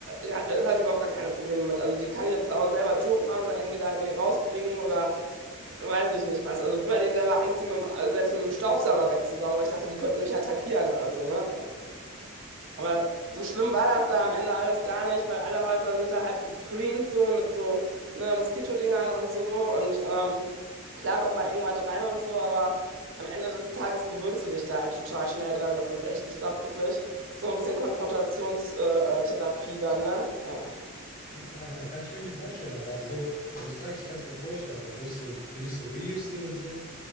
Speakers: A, on the right; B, on the left.
A: ja, das habe ich überhaupt gar keine Probleme mit. Also die kann ich jetzt auch selber tot machen oder irgendwie da irgendwie rausbringen oder Weiß ich nicht was. Also früher hatte ich selber Angst, die mit dem, selbst mit dem Staubsauger wegzusaugen, weil ich dachte, die könnten mich attackieren oder so, ne? Aber so schlimm war das da am Ende alles gar nicht, weil alle Häuser sind da halt gescreent, so mit so, ne, Moskitodingern und so. Und ähm, klar kommt mal irgendwas rein und so, aber am Ende des Tages gewöhnst du dich da halt total schnell dran. Das ist echt, ich glaube wirklich, so ein bisschen Konfrontationstherapie dann, ne? Ja.
B: Ah, ja, kann ich mir nicht vorstellen, aber so, also ich sage, ich kann es mir vorstellen, aber wenn ich so, wenn ich so Videos sehe und so,